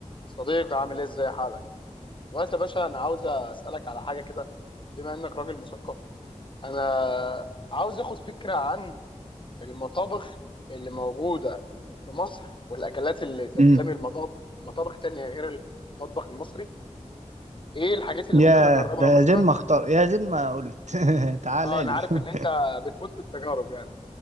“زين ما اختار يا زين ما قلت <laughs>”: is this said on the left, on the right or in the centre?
Right